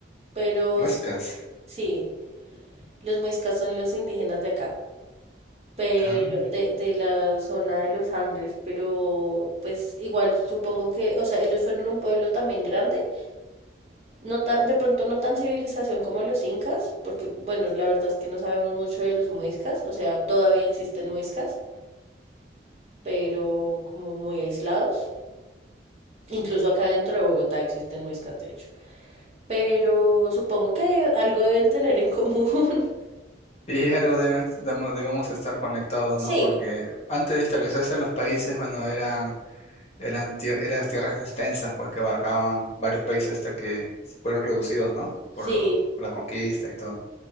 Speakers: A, on the right (about 35°); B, on the left (about 35°).
A: pero
B: Muescas.
A: su- sí, los muiscas son los indígenas de acá, pero
B: Ah,
A: de, de la zona de los Andes, pero pues igual supongo que, o sea, ellos fueron un pueblo también grande No tan, de pronto no tan civilización como los incas, porque bueno, la verdad es que no sabemos mucho de los muiscas, o sea, todavía existen muiscas, pero como muy aislados. Incluso acá dentro de Bogotá existen muiscas, de hecho. Pero supongo que algo deben tener en común. <laughs>
B: Sí, algo deben- damo- debemos estar conectados,
A: Sí.
B: ¿no? Porque antes de establecerse los países, bueno, eran, eran, tie- eran tierras extensas, pues que abarcaban varios países hasta que se fueron reducidos, ¿no? Por
A: Sí,
B: lo, por la conquista y todo.